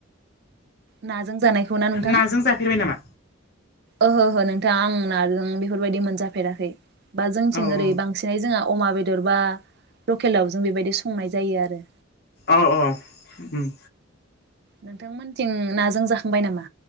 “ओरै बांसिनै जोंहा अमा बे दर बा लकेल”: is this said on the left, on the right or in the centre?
Right